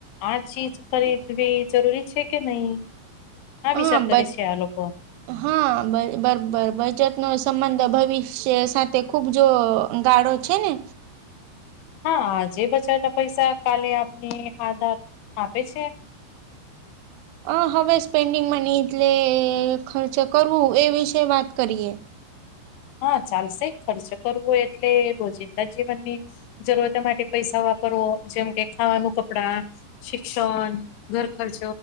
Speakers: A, on the left; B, on the right.
A: આ ચીજ ખરીદવી જરૂરી છે કે નહીં આ
B: હા
A: વિચાર કરે
B: બ
A: છે આ લોકો.
B: હા બર બર બર બચતનો સંબંધ ભવિષ્ય સાથે ખુબ જો ગાળો છે ને.
A: હા આજે બચાવેલા પૈસા કાલે આપને આધાર આપે છે.
B: અ હવે સ્પેન્ડિંગમાં મની એટલે ખર્ચ કરવું એ વિશે વાત કરીએ.
A: હા ચાલશે ખર્ચ કરવો એટલે રોજિંદા જીવનની જરૂરત માટે પૈસા વાપરવો જેમ કે ખાવાનું કપડાં. શિક્ષણ, ઘરખર્ચ,